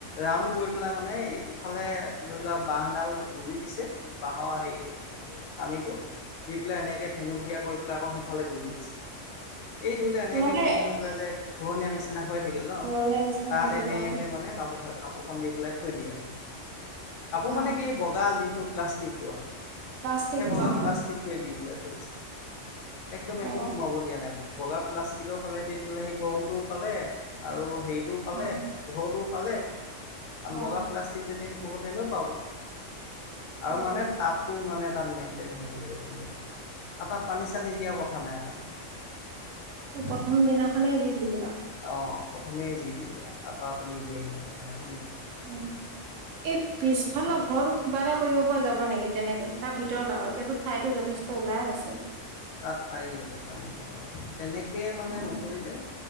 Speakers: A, on the left; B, on the right.
A: ৰাউন্ড কৰি পেলাই মানে ইফালে ধৰি লোৱা বাঁহডাল। গুজি দিছে বাঁহৰ হেৰি কামিটো। দি পেলাই এনেকে ধেনু ভিয়া কৰি পেলাই আকৌ সিফালে গুজি দিছে। এই ধৰিলে এনেকে
B: মানে
A: বেন হৈ পেলাই যে ঘূৰণীয়া নিচ। নিচিনা হৈ থাকিল ন
B: ঘৰণীয়া নিচিনা
A: তাত
B: হৈ থাকে
A: এনেকে
B: অ
A: মানে কাপোৰ কাপোৰখন দি পেলাই থৈ দিয়ে। কাপোৰ
B: অ
A: মানে কি বগা যিটো প্লাষ্টিক।
B: প্লাষ্টিক
A: সেই বগা
B: অ
A: প্লাষ্টিকোৱে দি পেলাই থৰিছে। একদম একো
B: অ
A: সোমাব দিয়া নাই বগা প্লাষ্টিকৰ ফালে দি ধলে সেই গৰমটোও পালে আৰু। হেৰিতটোও পালে,
B: অ অ
A: পোহৰৰতও পালে, কাৰণ
B: অ
A: বগা প্লাষ্টিক যেতিয়া। পোহতেনেও পাব আৰু
B: পাব
A: মানে তাপটো মানে। তাত মেইনটেইন হৈ থাকিব ধুনীয়াকৈ আৰু তাত পানী চানী দিয়াৰ কথা নাই তাৰমানে।
B: প্ৰথম দিনাখনে যি দিলে আও।
A: অ প্ৰথমে যি দিলে তাৰপৰা আকৌ নিদিয়ে সিহঁতে শেষ।
B: উম এই পিছফালৰ ঘৰটোত কিবা এটা কৰিব। পৰা যাব নেকি তেনেকে তাৰ ভিতৰত আৰু এতিয়াতো ঠাইতো যথেষ্ট ওলাই আছে।
A: তাত পায়েই দুটামান বনাবলৈ তেনেকে মানে
B: অ
A: নকৰিলে।